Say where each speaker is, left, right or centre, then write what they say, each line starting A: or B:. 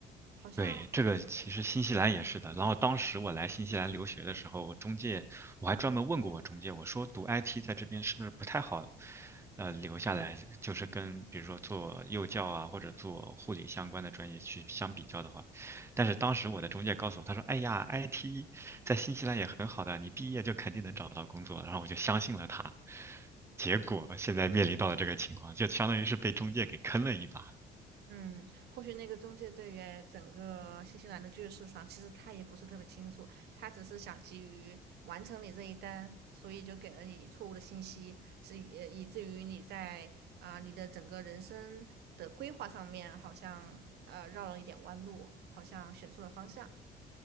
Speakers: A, on the right (about 75°); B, on the right (about 15°).
A: 好像
B: 对，这个其实新西兰也是的。
A: 对，
B: 然后当时我来新西兰留学的时候，我中介我还专门问过我中介，我说读 IT 在这边是不是不太好，呃，留下来就是跟比如说做幼教啊或者做护理相关的专业去相比较的话，但是当时我的中介告诉我，他说，哎呀，IT <laughs> 在新西兰也很好的，你毕业就肯定能找到工作。然后我就相信了他，结果现在面临到了这个情况，就相当于是被中介给坑了一把。
A: 嗯，或许那个中介对于整个新西兰的就业市场，其实他也不是特别清楚，他只是想急于完成你这一单，所以就给了你错误的信息，是以以至于你在啊、你的整个人生的规划上面，好像呃绕了一点弯路，好像选错了方向。